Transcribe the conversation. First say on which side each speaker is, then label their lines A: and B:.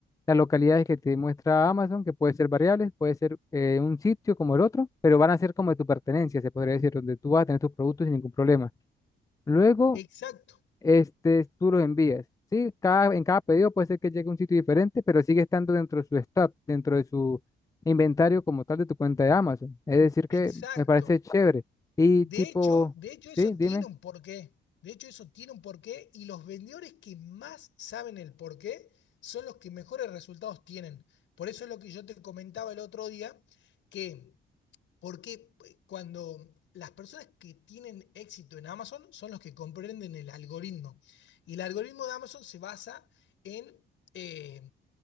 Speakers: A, on the left; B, on the left.
A: las localidades que te muestra Amazon, que puede ser variables,
B: sí.
A: puede ser eh, un sitio como el otro, pero van a ser como de tu pertenencia, se podría decir, donde tú vas a tener tus productos sin ningún problema. Luego
B: Exacto,
A: este, tú los envías. Sí, cada, en cada pedido puede ser que llegue a un sitio diferente, pero sigue estando dentro de su stock, dentro de su inventario como tal de tu cuenta de Amazon. Es decir,
B: exacto.
A: que me parece chévere. Y
B: De
A: tipo,
B: hecho, de hecho eso
A: sí, dime.
B: tiene un porqué. De hecho eso tiene un porqué y los vendedores que más saben el porqué son los que mejores resultados tienen. Por eso es lo que yo te comentaba el otro día, que porque cuando las personas que tienen éxito en Amazon son los que comprenden el algoritmo. Y el algoritmo de Amazon se basa en... eh,